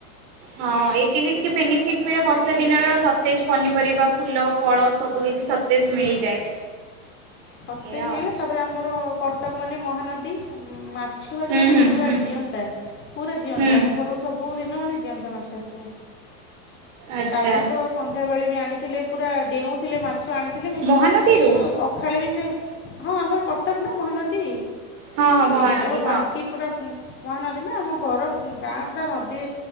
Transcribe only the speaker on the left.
ସତେଇଶ
ମିଳେ
ତାପରେ ଆମର କଟକ ମାନେ ମହାନଦୀ। ମା ଛିଅ ମାଛ
ବି
ପୁରା
ଜିଅନ୍ତା ପୁରା ଜିଅନ୍ତା
ଆମ ଘରକୁ ସବୁଦିନ ମାନେ ଜିଅନ୍ତା ମାଛ ଆସିବ।
କାଲି ତ ସନ୍ଧ୍ୟା ବେଳେ ବି ଆଣିଥିଲେ ପୁରା ଡେଉଥିଲେ ମା ମାଛ ଆଣିଥିଲେ କିନ୍ତୁ
ସକାଳେ- ବି-ସେ ହଁ ଆମର କଟକ ନା ମହାନଦୀ।
କଟକ ବାଙ୍କୀ
ପୁରା -ମହାନଦୀନା -ଆମ -ଘର ଗାଁ ପୁରା ନଦୀ